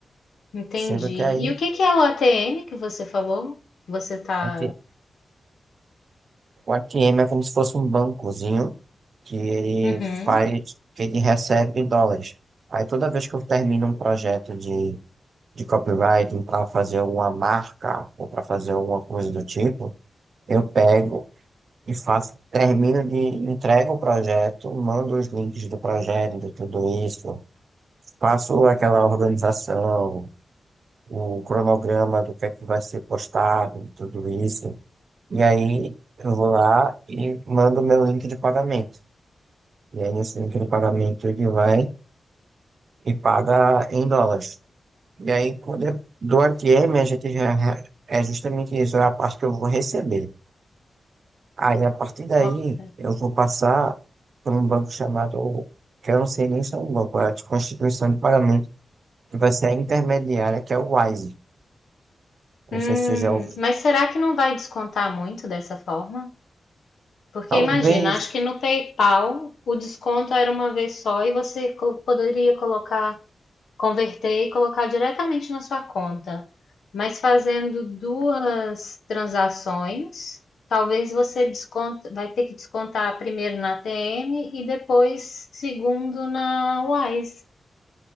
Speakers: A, on the left; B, on the right.
A: Entendi.
B: Sendo que aí
A: E o que que é o ATM que você falou? Você tá.
B: aqui, o A T M é como se fosse um bancozinho que ele
A: Uhum.
B: faz, que ele recebe dólares. Aí toda vez que eu termino um projeto de, de copywriting para fazer uma marca ou para fazer alguma coisa do tipo, eu pego E faço, termino de entrego o projeto, mando os links do projeto, de tudo isso, faço aquela organização, o cronograma do que é que vai ser postado, de tudo isso. E aí eu vou lá e mando meu link de pagamento. E aí nesse link de pagamento ele vai e paga em dólares. E aí quando eu dou a TM, a gente já é justamente isso, é a parte que eu vou receber. Aí, a partir daí,
A: Ok.
B: eu vou passar por um banco chamado, que eu não sei nem se é um banco, é tipo uma instituição de pagamento, que vai ser a intermediária, que é o Wise. Não
A: Hum,
B: sei se você já ouviu.
A: mas
B: falar.
A: será que não vai descontar muito dessa forma? Porque
B: Talvez,
A: imagina, acho que no PayPal o desconto era uma vez só e você co- poderia colocar converter e colocar diretamente na sua conta. Mas fazendo duas transações, talvez você desconta, vai ter que descontar primeiro na TM e depois segundo na Wise.